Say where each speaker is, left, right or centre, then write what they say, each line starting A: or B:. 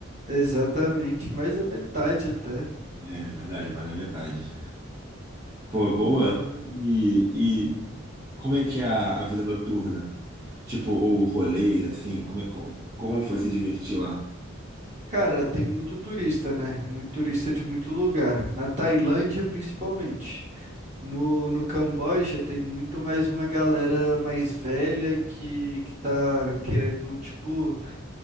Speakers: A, on the right; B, on the right.
A: Exatamente, mais da metade até.
B: É, na verdade, mais da metade. Pô, boa.
A: Tá lá.
B: E, e como é que é a, a vida noturna? Tipo, ou rolês, assim, como é, como, como foi se divertir lá?
A: Cara, tem muito turista, né? Muito turista de muito lugar. Na Tailândia, principalmente. No, no Camboja, tem muito mais uma galera mais velha que, que tá querendo, tipo,